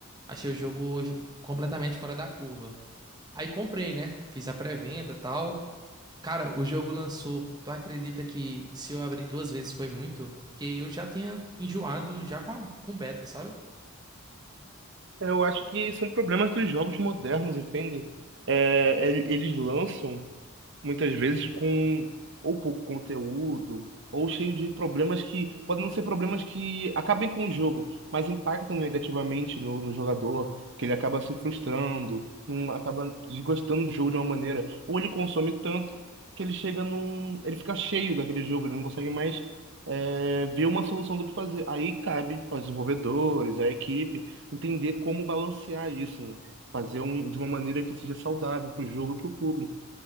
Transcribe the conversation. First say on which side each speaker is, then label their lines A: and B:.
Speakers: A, on the right; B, on the right.
A: achei o jogo completamente fora da curva. Aí comprei, né? Fiz a pré-venda, e tal. Cara, o jogo lançou. Tu acredita que se eu abrir duas vezes foi muito? Porque eu já tinha enjoado já com a, com beta, sabe?
B: Eu acho que são problemas dos jogos modernos, entende? É, el- eles lançam muitas vezes com ou pouco conteúdo, ou cheio de problemas que podem não ser problemas que acabem com o jogo, mas impactam negativamente no, no jogador, que ele acaba se frustrando, não acaba desgostando do jogo de uma maneira, ou ele consome tanto que ele chega num, ele fica cheio daquele jogo, ele não consegue mais é, ver uma solução do que fazer. Aí cabe aos desenvolvedores, à equipe, entender como balancear isso, né? Fazer um, de uma maneira que seja saudável para o jogo e para o público.